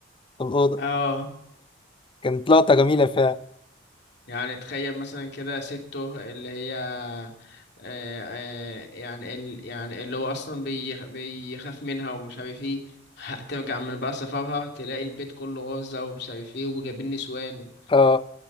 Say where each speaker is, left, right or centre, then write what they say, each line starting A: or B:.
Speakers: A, on the left; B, on the left.
A: في الاوضه
B: اه
A: كانت لقطه جميله فعلا
B: يعني تخيل مثلا كده سته اللي هي آه، آه، يعني ال... يعني اللي هو اصلا بيخ... بيخاف منها ومش عارف ايه ه- ترجع من بقى سفرها تلاقي البيت كله غرزه ومش عارف ايه وجايبين نسوان
A: اه